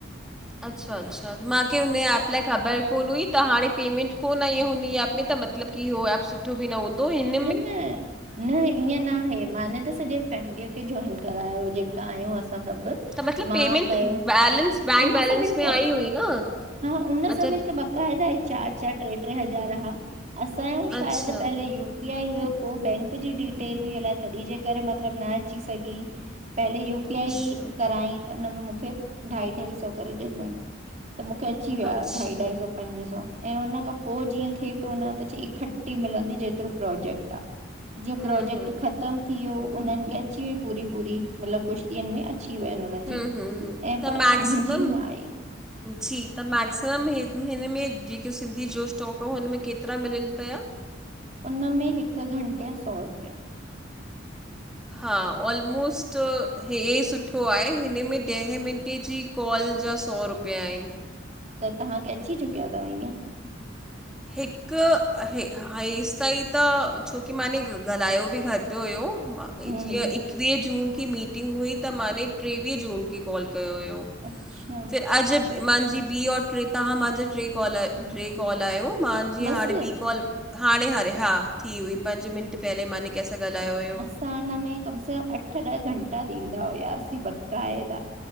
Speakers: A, in the centre; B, on the right.
A: अच्छा -अच्छा, माखे हुन एप लाए ख़बर कोन्ह हुई, त हाणे पेमेंट कोन्ह आई हुन ई एप में त मतिलबु की हो एप सु ठो बि न हुंदो इन
B: न न न इह्यें ना हे माने त सॼे फैमिलीअ खे जॉइन करायो, जेका आहियूं असां सभु।
A: त मतलब
B: मां
A: पेमेंट
B: कयो
A: बैलेंस बैंक
B: उन
A: बैलेंस
B: सभिनि
A: में
B: खे
A: आई हुई न?
B: हा उन्ह सभिनि
A: अच्छा
B: खे बकाएदा आई। चार - चार, ट्रे - ट्रे हज़ार हा, असांजो शायद
A: अच्छा
B: पहले यू पी हुयो पो बैंक जी डिटेल हुई, अलाए तॾहिं जे करे मतलब न अची सघी। पहले यू पी
A: अच्छा
B: आई करायंई त हिनन मुखे ढाई -ढाई सौ करे ॾीनई त मुखे अची विया
A: अच्छा
B: हा ढाई- ढाई सौ। पंज सौ, ऐं हुन खां पो जीअं थिए पियो न त चई इकट्ठी मिलंदी जे तिरो प्रोजेक्ट आ, जीअं
A: हम्म
B: प्रोजेक्ट
A: हम्म
B: ख़तम थी वियो उन्हन खे अची वई पूरी -पूरी मतलब कुछ ॾींहन में अची वयन हुन नजी,
A: हम्म हम्म हम्म।
B: ऐं
A: त
B: पर
A: मैक्सिमम
B: मुंजी न आई।
A: जी त मैक्सिमम हिन में जेके सिंधी जो स्टॉक हो हुनमें केतिरा मिलन पया?
B: उन्ह में हिक घंटे जा सौ रुपया।
A: हा ओलमोस्ट हे सुठो आहे, हिन में ॾहे मिन्टें जी कॉल जा सौ रुपिया आहिन।
B: त तहांखे अची चुकिया थव ईंयं।
A: हिक आहे। हा हेसि ताईं त छोकी मां ने ॻाल्हायो बि घटि हुयो
B: हम्म
A: जीअं
B: हम्म
A: एकवीह जून की मीटिंग हुई त माने ट्रेवीह जून के कॉल कयो हुयो।
B: अच्छा।
A: फिर अॼु मांजी ॿी और ट्रे तहां मांजा ट्रे कॉल
B: हम्म
A: ट्रे कॉल आहियो मांजी
B: बस
A: हाणे ॿी काल आ कॉल हाणें- हारे हा थी हुई पंज मिंट पहिले माने कैंसां ॻाल्हायो हुयो।
B: त हुन में कम से कम अठ ॾह घंटा ॾींदा हुयासीं बकाएदा।